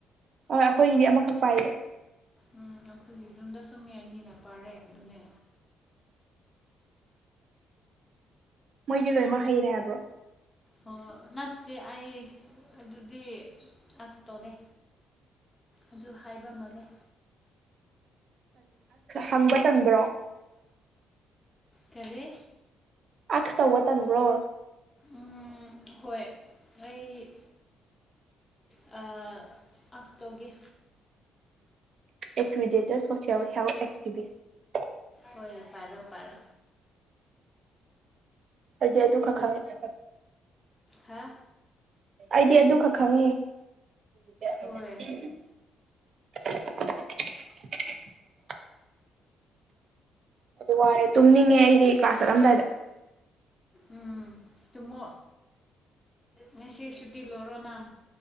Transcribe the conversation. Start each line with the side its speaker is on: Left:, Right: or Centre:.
Right: ꯍꯣꯏ ꯑꯩꯈꯣꯏꯒꯤꯗꯤ ꯑꯃꯈꯛ ꯄꯥꯏꯌꯦ
Left: ꯎꯝ ꯑꯩꯈꯣꯏꯒꯤ ꯌꯨꯝꯗ ꯁꯨꯝ ꯃꯤ ꯑꯅꯤꯅ ꯄꯥꯔꯦ ꯑꯗꯨꯅꯦ
Right: ꯃꯣꯏꯗꯤ ꯂꯣꯏꯃꯛ ꯍꯩꯔꯦ ꯍꯥꯏꯕ꯭ꯔꯣ
Left: ꯑꯣ ꯅꯠꯇꯦ ꯑꯩ ꯑꯗꯨꯗꯤ ꯂꯥꯛꯁꯇꯣꯗꯦ ꯑꯗꯨ ꯍꯥꯏꯕ ꯃꯥꯜꯂꯦ
Right: ꯍꯪꯕ ꯇꯟꯕ꯭ꯔꯣ
Left: ꯀꯔꯤ
Right: ꯇꯥꯛꯁ ꯇꯧꯕ ꯇꯟꯕ꯭ꯔꯣ
Left: ꯎꯝ ꯍꯣꯏ ꯑꯩ ꯑ ꯇꯥꯛꯁ ꯇꯧꯒꯦ
Right: ꯑꯦꯀ꯭ꯔꯤꯗꯦꯇꯦꯠ ꯁꯣꯁꯤꯌꯦꯜ ꯍꯦꯜꯊ ꯑꯦꯛꯇꯤꯚꯁ
Left: ꯍꯣꯏ ꯄꯥꯔꯣ ꯄꯥꯔꯣ
Right: ꯑꯩꯗꯤ ꯑꯗꯨꯈꯛ ꯈꯪꯉꯦ
Left: ꯍꯥ
Right: ꯑꯩꯗꯤ ꯑꯗꯨ ꯈꯛ ꯈꯪꯉꯦ <unintelligible>
Left: ꯍꯣꯏ
Right: ꯑꯗꯨ ꯋꯥꯔꯦ ꯇꯨꯝꯅꯤꯡꯉꯦ ꯑꯩꯗꯤ ꯀ꯭ꯂꯥꯁ ꯆꯠꯂꯝꯗꯥꯏꯗ
Left: ꯎꯝ ꯇꯨꯝꯃꯣ ꯉꯁꯤ ꯁꯨꯇꯤ ꯂꯧꯔꯣ ꯅꯪ